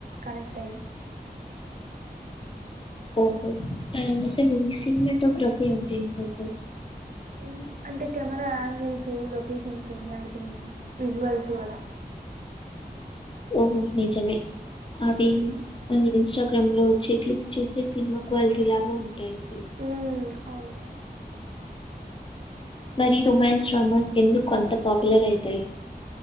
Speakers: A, on the right (about 55°); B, on the left (about 30°).
A: కనెక్ట్ అయ్యి
B: ఓహో ఆ అసలు ఈ సినిమాటోగ్రఫీ అంటే ఏంటి అసలు
A: ఉం అంటే camera angles locations lighting visuals అలా
B: ఓహో నిజమే అవి అది ఇన్స్టాగ్రామ్ లో వచ్చే క్లిప్స్ చూస్తే సినిమా క్వాలిటీ లాగా ఉంటాయి అసలు.
A: ఉ అవును.
B: మరి రొమాన్స్ డ్రామాస్ ఎందుకు అంత పాపులేర్ అయితయ్.